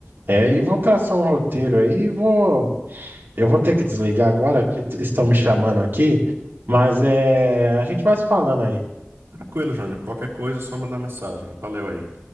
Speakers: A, on the right; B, on the right.
A: É, e vou traçar um roteiro aí. e Vou, eu vou ter que desligar agora que t- estão me chamando aqui. Mas é, a gente vai se falando aí.
B: Tranquilo, Júnior. Qualquer coisa, é só mandar mensagem. Valeu aí.